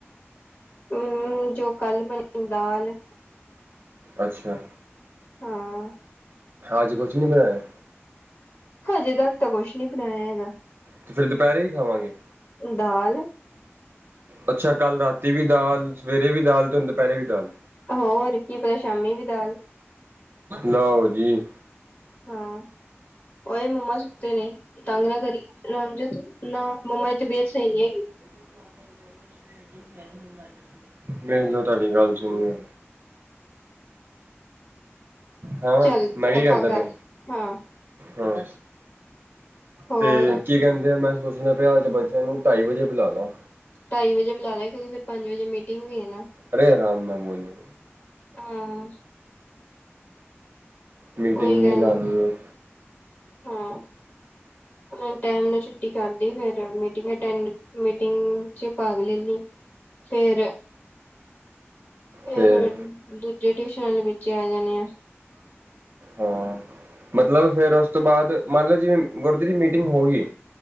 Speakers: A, on the left (about 45°); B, on the right (about 55°).
A: ਹੂੰ, ਜੋ ਕੱਲ ਬਣੀ ਦਾਲ।
B: ਅੱਛਾ।
A: ਹਾਂ।
B: ਅੱਜ ਕੁਛ ਨੀ ਬਣਾਇਆ?
A: ਹਜੇ ਤੱਕ ਤਾਂ ਕੁਛ ਨੀ ਬਣਾਇਆ ਹੈਗਾ,
B: ਤੇ ਫਿਰ ਦੁਪਹਿਰੇ ਹੀ ਖਾਵਾਂਗੇ
A: ਦਾਲ
B: ਅੱਛਾ ਕੱਲ ਰਾਤੀ ਵੀ ਦਾਲ, ਸਵੇਰੇ ਵੀ ਦਾਲ ਤੇ ਹੁਣ ਦੁਪੈਰੇ ਵੀ ਦਾਲ।
A: ਹੋਰ, ਕੀ ਪਤਾ ਸ਼ਾਮੀ ਵੀ ਦਾਲ?
B: ਲਓ ਜੀ।
A: ਹਾਂ ਓਏ ਮੰਮਾ ਸੁੱਤੇ ਨੇ, ਤੰਗ ਨਾ ਕਰੀ, ਰਾਮਜੋਤ ਨਾ ਮੰਮਾ ਦੀ ਤਬੀਅਤ ਸਹੀ ਨੀ ਹੈਗੀ।
B: <inaudible> <unintelligible> ਹੈਨੀ <unintelligible> ਮੈਨੂੰ ਤੁਹਾਡੀ ਗੱਲ ਸੁਣੀ ਐ। ਹਾਂ,
A: ਚੱਲ
B: ਮੈਂ ਵੀ
A: ਦਫ਼ਾ
B: ਜਾਂਦਾ
A: ਕਰ
B: ਪਿਆ,
A: ਹਾਂ
B: ਹਾਂ।
A: ਹੋਰ
B: ਤੇ ਕੀ ਕਹਿੰਦੇ ਆ ਮੈਂ ਪੁੱਛਣਾ ਪਿਆ‌ <unintelligible> ਬੱਚਿਆਂ ਨੂੰ ਢਾਈ ਵਜੇ ਬੁਲਾ ਲਾ।
A: ਢਾਈ ਵਜੇ ਬੁਲਾ ਲਾ ਕਿਉਂਕਿ ਫੇਰ ਪੰਜ ਵਜੇ ਮੀਟਿੰਗ ਵੀ ਐ ਨਾ।
B: ਅਰੇ ਅਰਾਮ ਨਾਲ ਬੋਲੋ।
A: ਹਾਂ।
B: ਮੀਟਿੰਗ
A: ਕੋਈ ਗੱਲ
B: ਵੀ ਲਾਉਣੀ
A: ਨੀ,
B: ਹੈ
A: ਹਾਂ। ਹੁਨੇ ਟੈਮ ਨਾਲ ਛੁੱਟੀ ਕਰਲੀ ਫੇਰ ਮੀਟਿੰਗ ਅਟੈਡ ਮੀਟਿੰਗ ਚ ਭਾਗ ਲੈ ਲੀ ਫੇਰ ਫੇਰ
B: ਫਿਰ
A: ਦੂਜੇ ਟਿਊਸ਼ਨ ਆਲੇ ਬੱਚੇ ਆ ਜਾਣੇ ਆ।
B: ਹਾਂ, ਮਤਲਬ ਫੇਰ ਓਸ ਤੋਂ ਬਾਦ ਮੰਨਲਾ ਜਿਵੇਂ ਗੁਰਦੀ ਦੀ ਮੀਟਿੰਗ ਹੋਗੀ।